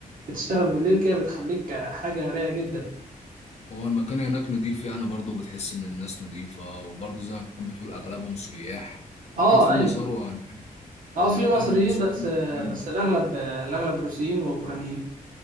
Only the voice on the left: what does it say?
هو المكان هناك نضيف يعني برضه بتحس ان الناس نضيفه وبرضه زي ما بتقول اغلبهم سياح
اكيد في
مسار هناك
او
من
اهل من سكان
الكلام
ده